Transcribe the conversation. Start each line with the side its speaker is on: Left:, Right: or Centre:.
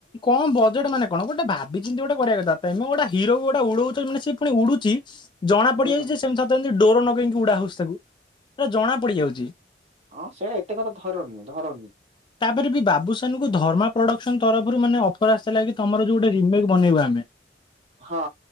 Left: କଣ ବଜେଟ ମାନେ କଣ ଗୋଟେ ଭାବିଚିନ୍ତି ଗୋଟେ କରିବା କଥା ତେମେ ଗୋଟେ ହିରୋକୁ ଗୋଟେ ଉଡଉଚ ତା ମାନେ ସେ ପୁଣି ଉଡୁଚି ଜଣା
Right: ହୁଁ।
Left: ପଡିଯାଉଚି ଯେ ସେମିତ ତା <unintelligible> ଡୋର ନଗେଇକି ଉଡା ହଉଚି। ତାକୁ ଜଣା ପଡିଯାଉଛି।
Right: ହଁ ସେ ଏତେ କଥା ଧରନି ଧରନି।
Left: ତାପରେ ବି ବାବୁସାନକୁ ଧର୍ମା ପ୍ରଡକ୍ସନ ତରଫରୁ ମାନେ ଅଫର ଆସିଥିଲା କି। ତମର ଯଉ ଗୋଟେ ରିମେକ୍ ବନେଇବା ଆମେ
Right: ହଁ